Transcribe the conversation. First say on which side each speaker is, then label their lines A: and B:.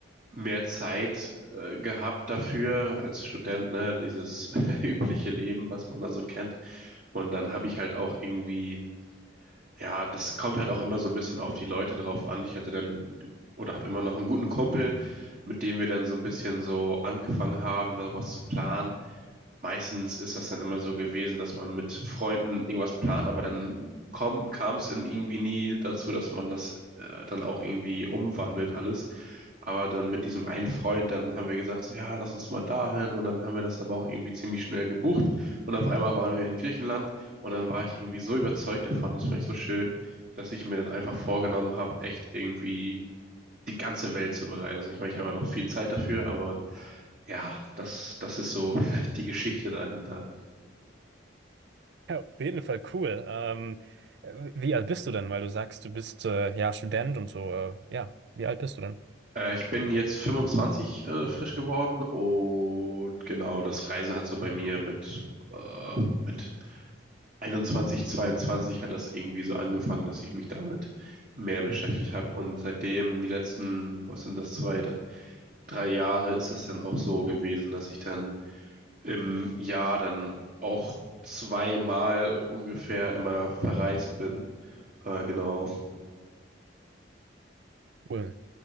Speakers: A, on the right; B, on the right.
A: mehr Zeit äh, gehabt dafür als Student, ne, dieses <laughs> übliche Leben, was man da so kennt. Und dann habe ich halt auch irgendwie ja, das kommt halt auch immer so ein bisschen auf die Leute drauf an. Ich hatte dann oder habe immer noch einen guten Kumpel, mit dem wir dann so ein bisschen so angefangen haben, da was zu planen. Meistens ist das dann immer so gewesen, dass man mit Freunden irgendwas plant, aber dann komm, kam es dann irgendwie nie dazu, dass man das äh, dann auch irgendwie umwandelt alles. Aber dann mit diesem einen Freund, dann haben wir gesagt, so, ja, lass uns mal dahin und dann haben wir das aber auch irgendwie ziemlich schnell gebucht und auf einmal waren wir in Griechenland und dann war ich irgendwie so überzeugt davon, das fand ich so schön, dass ich mir dann einfach vorgenommen habe, echt irgendwie die ganze Welt zu bereisen. Ich meine, ich habe ja noch viel Zeit dafür, aber ja, das, das ist so <laughs> die Geschichte dahinter.
B: Ja, auf jeden Fall cool. Ähm, äh, wie alt bist du denn? Weil du sagst, du bist äh, ja Student und so. Äh, ja, wie alt bist du denn?
A: Äh, ich bin jetzt 25 äh, frisch geworden und genau, das Reisen hat so bei mir mit, äh, mit 21, 22 hat das irgendwie so angefangen, dass ich mich damit mehr beschäftigt habe. Und seitdem die letzten, was sind das, zwei, drei, drei Jahre ist das dann auch so gewesen, dass ich dann im Jahr dann auch zweimal ungefähr immer verreist bin. Äh, genau.
B: Cool.